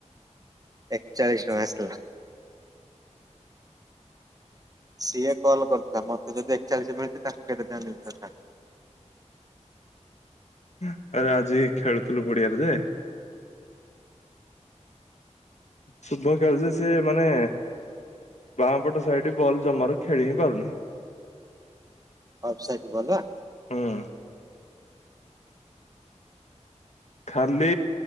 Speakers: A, on the right (about 30°); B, on the left (about 65°).
A: ଏକଚାଳିଶ ଟଙ୍କା ଆସଲା। ସିଏ କଲ୍ କରିଥିଲା ମତେ ଯଦି ଏକଚାଳିଶ ମିଳଚି ତାଙ୍କୁ କେତେ ଟଙ୍କା
B: <inaudible> ଆରେ ଆଜି ଖେଳୁଥିଲୁ ପଡିଆରେ ଯେ ଶୁଭକାର୍ଯ୍ୟ ସେ ମାନେ ବାଁପଟ ସାଇଡ ବଲ୍ ଜମାରୁ ଖେଳି ହିଁ ପାରୁନି।
A: Offside ball?
B: ହୁଁ ଖାଲି